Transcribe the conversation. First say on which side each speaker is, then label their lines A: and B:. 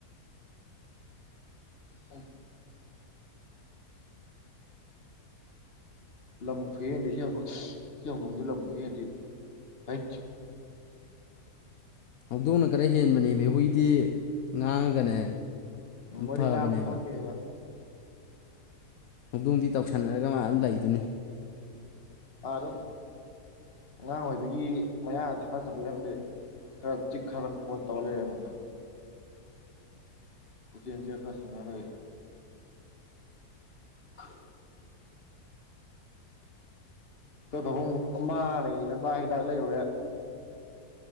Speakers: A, on the left; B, on the left.
A: ꯑ ꯂꯝ ꯈꯨꯍꯦꯟꯗꯣ <unintelligible> ꯁꯤꯍꯧꯗꯣꯡꯁꯦ ꯂꯝ ꯈꯨꯍꯦꯟꯗꯤ ꯏꯥꯏꯠꯊ
B: ꯍꯧꯗꯣꯡꯅ ꯈꯔ ꯍꯦꯟꯕꯅꯦ ꯃꯦꯍꯨꯏꯗꯤ ꯉꯥꯡꯉꯒꯅꯦ
A: ꯎ ꯃꯣꯏꯗꯤ
B: ꯐꯕꯅꯦꯕ
A: ꯂꯥꯡꯕꯁꯨ ꯈꯪꯗꯦꯕ
B: ꯍꯧꯗꯣꯡꯗꯤ ꯇꯧꯁꯟꯅꯔꯒ ꯃꯥ ꯑꯗꯨꯝ ꯂꯩꯗꯨꯅꯤ
A: ꯑꯗꯨꯝ ꯑꯉꯥꯡ ꯑꯣꯏꯕꯒꯤ ꯃꯌꯥ ꯊꯀꯠꯆꯄꯩ ꯈꯪꯗꯦ ꯈꯔ ꯆꯤꯛ ꯈꯔ ꯈꯣꯠ ꯇꯧꯂꯩꯔꯦ ꯑꯩꯉꯣꯟꯗ ꯆꯟꯁꯤ ꯑꯦꯛꯇ <unintelligible> ꯁꯅꯔꯦ <unintelligible> ꯑꯩꯈꯣꯏ ꯐꯥꯕꯨꯡ ꯃꯥ ꯂꯩꯔꯤꯅ ꯃꯥ ꯍꯤꯗꯥꯛ ꯂꯩꯔꯨꯔꯦ